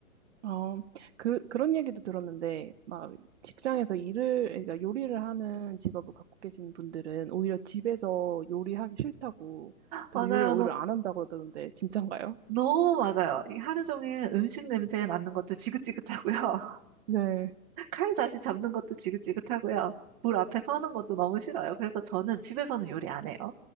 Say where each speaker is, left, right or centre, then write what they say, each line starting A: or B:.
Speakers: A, on the right (about 55°); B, on the right (about 30°).
A: 어, 그, 그런 얘기도 들었는데, 막, 직장에서 일을, 그러니까 요리를 하는 직업을 갖고 계신 분들은 오히려 집에서 요리하기 싫다고, 그래서
B: 맞아요.
A: 요리를 오히려
B: 너.
A: 안 한다고 그러던데, 진짠가요?
B: 너무 맞아요. 이게 하루 종일 음식 냄새에 맡는 것도 지긋지긋하고요. <laughs>
A: 네.
B: 칼 다시 잡는 것도 지긋지긋하고요. 불 앞에 서는 것도 너무 싫어요. 그래서 저는 집에서는 요리 안 해요.